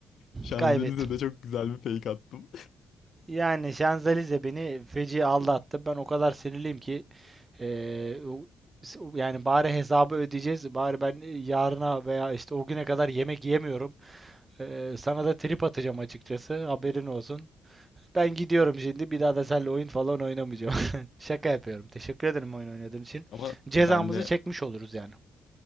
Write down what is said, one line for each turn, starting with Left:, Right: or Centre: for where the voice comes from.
Left: Şanzelize'de
Right: kaybettim.
Left: çok güzel bir fake attım.
Right: Yani Şanzelize beni feci aldattı. Ben o kadar sinirliyim ki ee, o- yani bari hesabı ödeyeceğiz. Bari ben yarına veya işte o güne kadar yemek yemiyorum. Ee, sana da trip atacağım açıkçası. Haberin olsun. Ben gidiyorum şimdi. Bir daha da seninle oyun falan oynamayacağım. <laughs> Şaka yapıyorum. Teşekkür ederim oyun oynadığın için.
Left: Ama
Right: Cezamızı
Left: ben de
Right: çekmiş oluruz yani.